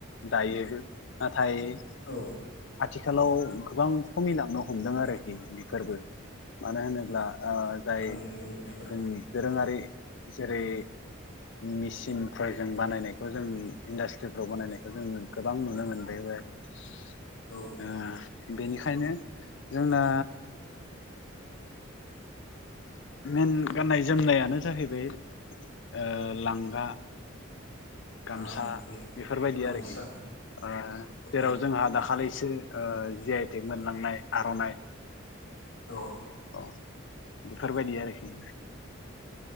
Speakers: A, on the left; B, on the left.
A: दायोबो नाथाय नाथाय
B: औ
A: आथिखालाव गोबां खमिलांनो हमदों आरोखि बेफोरबो मानो होनोब्ला ओ जाय
B: गाननाय जोमनायफोरा
A: जोंनि दोरोङारि जेरै मेचिनफोरजों बानायनायखौ जों इन्डास्ट्रिफ्राव बानायनायखौ जों गोबां नुनो मोनबाय औ। <inaudible>
B: औ औ
A: ओ बेनिखायनो जोंना
B: <inaudible>
A: मैन गाननाय जोमनायानो जाहैबाय ओ लांगा गामसा
B: आं
A: बेफोरबायदि
B: गामसा
A: आरोखि ओ जेराव
B: औ
A: जोंहा दाखालिसो ओ जि आइ टेक मोनलांनाय आर'नाइ
B: औ।
A: अ बेफोरबायदि आरोखि।